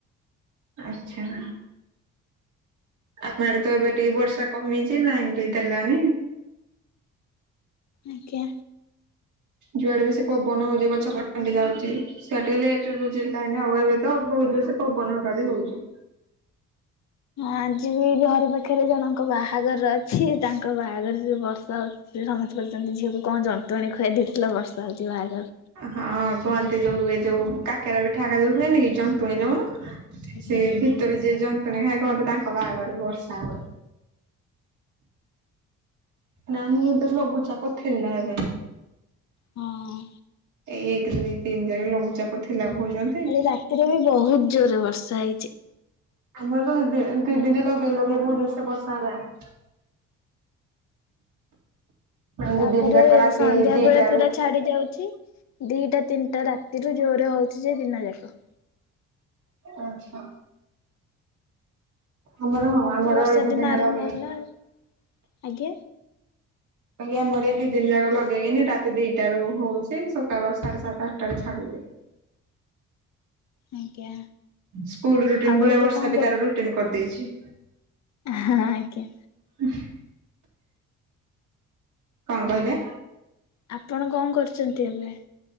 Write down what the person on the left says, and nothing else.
ଆଜ୍ଞା।
ଆଜି ବି ଘର ପାଖରେ ଜଣଙ୍କ ବାହାଘର ଅଛି ତାଙ୍କ ବାହାଘରରେ ବର୍ଷା ହ ସିଏ ବି ସମସ୍ତେ କହୁଛନ୍ତି ଝିଅକୁ କଣ ଜନ୍ତୁଣି ଖୁଆଇ ଦେଇଥିଲ ବର୍ଷା ହଉଛିି ବାହାଘର
ଆଜ୍ଞା
ଆଜ୍ଞା।
ହଁ।
କାଲି ରାତିରେ ବି ବହୁତ ଜୋରେ ବର୍ଷା ହେଇଛି।
ତାପରେ
ସନ୍ଧ୍ୟା
ବେଳେ ପୁରା ଛାଡି ଯାଉଛି। ଦିଟା ତିନିଟା ରାତିରୁ ଜୋରେ ହଉଛି ଯେ ଦିନ ଯାକ।
ବର୍ଷା
ଦିନ
ଆରମ୍ଭ
ହେଲା ଆଉ। ଆଜ୍ଞା।
ଆଜ୍ଞା।
ଆଉ
ଏବେ
କଣ
ହଁ ଆଜ୍ଞା।
ଆପଣ କଣ କରିଛନ୍ତି ଏବେ?